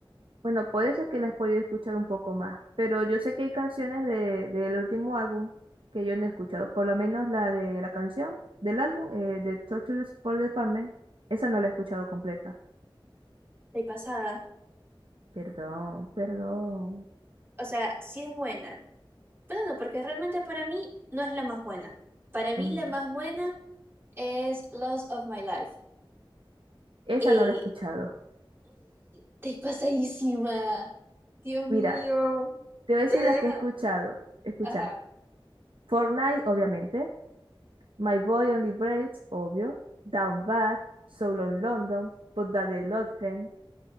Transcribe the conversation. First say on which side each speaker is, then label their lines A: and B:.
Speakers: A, on the right (about 75°); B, on the right (about 25°).
A: bueno, por eso es que las he podido escuchar un poco más. Pero yo sé que hay canciones de, del último álbum que yo no he escuchado, por lo menos la de la canción del álbum, eh, de Tortures for Department, esa no la he escuchado completa.
B: Estoy pasada.
A: Perdón, perdón.
B: O sea, sí es buena. Pero no, porque realmente para mí no es la más buena. Para mí
A: Mm,
B: la más buena es Lost of My Life.
A: Esa
B: Y
A: no la he escuchado.
B: estoy pasadísima. Dios mío.
A: Mira, te voy a decir
B: Te deja.
A: las que he escuchado. Escucha.
B: Ajá,
A: Fortnite, obviamente. My Boy Only Breaks, obvio. Down Bad. So Long London. But Daddy I Love Him.